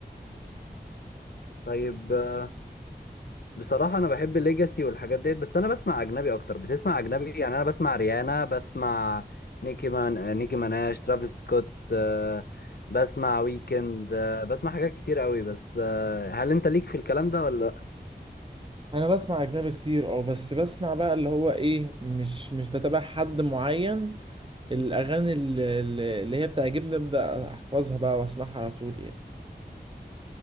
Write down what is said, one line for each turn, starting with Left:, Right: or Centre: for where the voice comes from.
Left: طيب آه، بصراحه انا بحب الليجاسي والحاجات ديت بس انا بسمع اجنبي اكتر بتسمع اجنبي يعني انا بسمع ريانا بسمع نيكي مان نيكي ماناش ترافيس سكوت آه، بسمع ويكند آه، بسمع حاجات كتير قوي بس آه، هل انت ليك في الكلام ده ولا
Right: انا بسمع اجنبي كتير اه بس بسمع بقى اللي هو ايه مش مش بتابع حد معين الأغاني ال- ال- اللي هي بتعجبني أبدأ أحفظها بقى وأسمعها على طول يعني